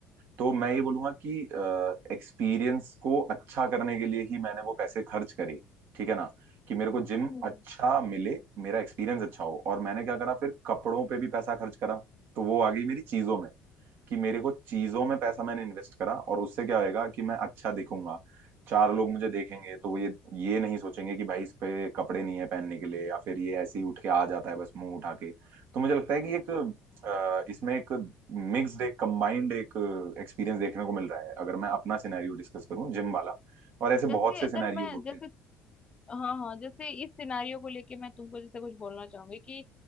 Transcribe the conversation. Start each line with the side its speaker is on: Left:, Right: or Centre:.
Right: तो मैं ये बोलूंगा कि एक्सपीरियंस को अच्छा करने के लिए ही मैंने वो पैसे खर्च करे ठीक है ना कि मेरे को जिम
Left: हम्म,
Right: अच्छा मिले मेरा एक्सपीरियंस अच्छा हो और मैंने क्या करा फिर कपड़ों पे भी पैसा खर्च करा तो वो आ गई मेरी चीजों में कि मेरे को चीजों में पैसा
Left: हम्म,
Right: मैंने इन्वेस्ट करा और उससे क्या होएगा कि मैं अच्छा दिखूंगा चार लोग मुझे देखेंगे तो वो ये ये नहीं सोचेंगे कि भाई इस पे कपड़े नहीं है पहनने के लिए या फिर ये ऐसे ही उठ के आ जाता है बस मुंह उठा के तो मुझे लगता है कि एक अ, इसमें एक मिक्स्ड एक कंबाइंड एक एक्सपीरियंस देखने को मिल रहा है अगर मैं अपना सिनेरियो डिस्कस करूं जिम वाला और ऐसे
Left: हम्म, जैसे
Right: बहुत से
Left: अगर
Right: सिनेरियोज
Left: मैं
Right: होते
Left: जैसे
Right: हैं
Left: हाँ हाँ जैसे इस सिनारियो को लेके मैं तुमको जैसे कुछ बोलना चाहूंगी कि